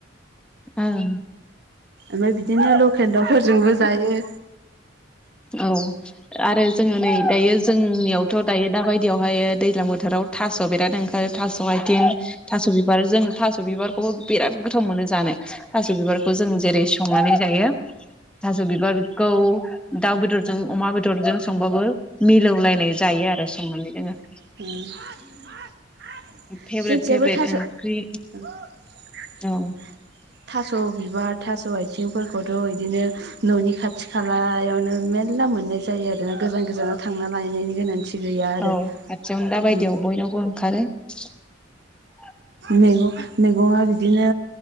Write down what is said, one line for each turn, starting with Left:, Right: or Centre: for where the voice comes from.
Centre: उम
Right: ओमफ्राय बिदिनो लकेल दाउफोरजोंबो जायो।
Centre: औ आरो जोङो नै दायो जोंनियावथ' दायो दा बायदियावहाय दैलां बोथोर राव थास' बिराथ ओंखारो थास' आथिं थास' बिबार जों थास' बिबारखौबो बिरात गोथाव मोनो जों जानो थास' बिबारखौ जों जेरै संनानै जायो थास' बिबारखौ दाउ बेदरजों अमा बेदरजों संबाबो मिलौलायनाय जायो आरो संनानै जोङो!
Right: उम <inaudible>
Centre: फेभरेट फेभरेट
Right: जोंथिजायबो
Centre: ओंख्रि
Right: थास'
Centre: औ
Right: थास' बिबार थास' आथिंफोरखौथ' इदिनो न'नि खाथि खालायावनो मे मेल्ला मोननाय जायो आरो गोजान गोजानाव थांना लाय नायनि गोनांथि गैया आरो
Centre: औ खाथियावनो दा बायदियाव
Right: उम!
Centre: बयनावबो ओंखारो <inaudible>
Right: मैगं मैगङा बिदिनो